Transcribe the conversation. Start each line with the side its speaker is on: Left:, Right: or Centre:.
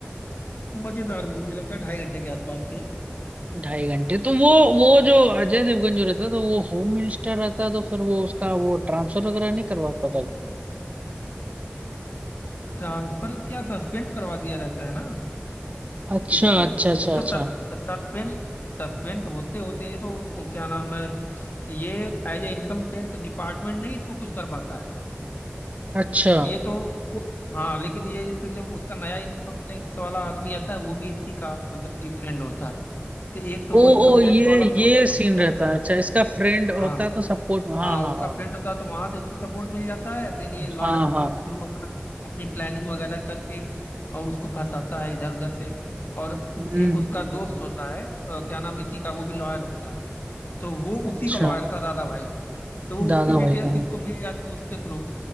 Left: मजेदार मूवी मुझे लगता है ढाई घंटे के आसपास की है
Right: ढाई घंटे तो वो वो जो अजय देवगन जो रहता है तो वो होम मिनिस्टर रहता है तो फिर वो उसका वो ट्रांसफर वगैरह नहीं करवा पाता
Left: ट्रांसफर क्या सस्पेंड करवा दिया रहता है ना
Right: अच्छा
Left: इसको
Right: अच्छा अच्छा
Left: वो तो
Right: अच्छा
Left: सस, सस्पेंड सस्पेंड होते होते ये तो क्या नाम है ये as a income tax department नहीं इसको कुछ कर पाता है
Right: अच्छा
Left: ये तो को- हाँ लेकिन ये फिर जब उसका नया इनकम टैक्स वाला आदमी आता है वो भी इसी का मतलब कि फ्रेंड होता है तो एक तो वो
Right: ओ
Left: इनकम
Right: ओ
Left: टैक्स
Right: ये
Left: वाला से वो
Right: ये
Left: सपोर्ट
Right: सीन
Left: मिल जाता
Right: रहता
Left: है
Right: है अच्छा इसका फ्रेंड होता
Left: हाँ
Right: है तो सपोर्ट हाँ
Left: हाँ
Right: हाँ
Left: उसका
Right: हाँ
Left: फील्ड होता है तो वहां से उसको सपोर्ट मिल जाता है देन ये लॉयर
Right: हाँ
Left: के
Right: हाँ
Left: थ्रू अपना अपनी प्लानिंग वगैरह करके और उसको फंसाता है इधर उधर से और
Right: हम्म,
Left: एक उसका दोस्त होता है अ, क्या नाम इसी का वो भी लॉयर होता है तो वो
Right: अच्छा
Left: उसी का लॉयर था दादा भाई का तो वो
Right: दादा
Left: उसकी डिटेल्स
Right: भाई का हाँ।
Left: इसको मिल जाती है उसके थ्रू